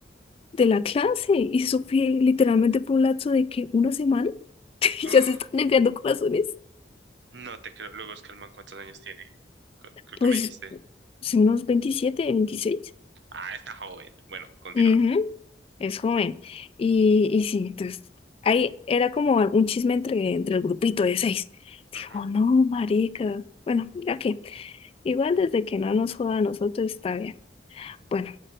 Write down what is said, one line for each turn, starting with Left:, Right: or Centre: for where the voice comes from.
Left: de la clase y eso fue literalmente por un lapso de que una semana <laughs>
Right: ¡Ah!
Left: y ya se están enviando corazones.
Right: No te creo. Luego es que el man, ¿cuántos años tiene? Cre- Creo
Left: Pues
Right: que me dijiste.
Left: son unos 27 veintiséis
Right: Ah, está joven. Bueno, continúa.
Left: Ujú. Es joven. Y, y sí, entonces ahí era como algún chisme entre, entre el grupito de seis. Dijo,
Right: Ujú.
Left: no, marica. Bueno, ya que igual desde que no nos joda a nosotros está bien. Bueno,